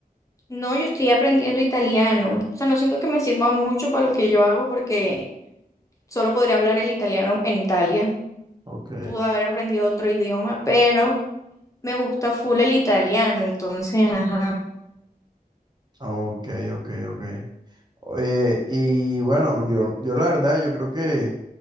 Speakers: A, on the left; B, on the right.
A: No, yo estoy aprendiendo italiano. O sea, no siento que me sirva mucho para lo que yo hago porque solo podría hablar el italiano en Italia.
B: Ok,
A: Pude haber aprendido otro idioma, pero me gusta full el italiano. Entonces, ajá.
B: ok, ok, ok. Eh, y bueno, yo, yo la verdad, yo creo que,